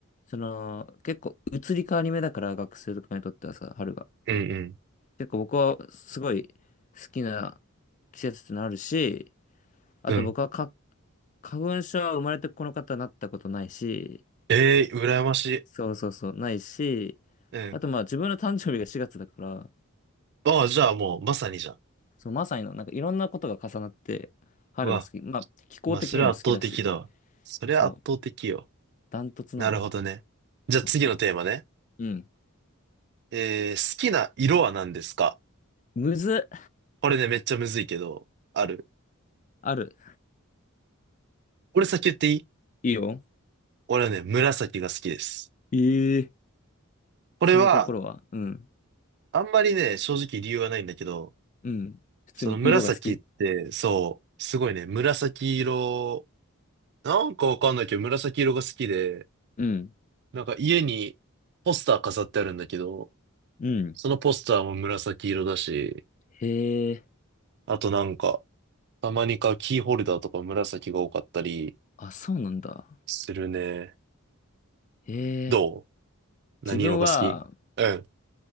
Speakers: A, on the left; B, on the right.
A: その、結構移り変わり目だから、学生とかにとってはさ、春が。
B: うん
A: 結構僕はすごい好きな季節ってのあるし、あと僕はか、
B: うん、うん。
A: 花粉症は生まれてこの方になったことないし、
B: ええー、羨ましい。
A: そうそうそう、ないし、
B: うん。
A: あとまあ自分の誕生日が4月だから、
B: ああ、じゃあもう、まさにじゃん。
A: そう、まさにの、なんかいろんなことが重なって、春が好き。
B: うわ、
A: まあ、気候的にも好きだし、
B: まあ、それは圧倒的だわ。それは圧倒的よ。
A: そう、ダントツなのよ。
B: なるほどね。じゃあ次のテーマね。
A: そうそう。うん。
B: えー、好きな色は何ですか
A: むず、
B: これね、めっちゃむずいけど、ある。
A: ある。
B: 俺先言っていい
A: いいよ。
B: 俺はね、紫が好きです。
A: ええ
B: これは、
A: その心は、うん。
B: あんまりね、正直理由はないんだけど、
A: うん。普通に色が好き
B: その紫って、そう、すごいね、紫色、なんかわかんないけど、紫色が好きで、
A: うん。
B: なんか家にポスター飾ってあるんだけど、
A: うん。
B: そのポスターも紫色だし、
A: へえ。
B: あとなんか、たまに買うキーホルダーとか紫が多かったり
A: あ、そうなんだ。
B: するね。
A: へえ。
B: どう何色が好きうん。
A: 自分は、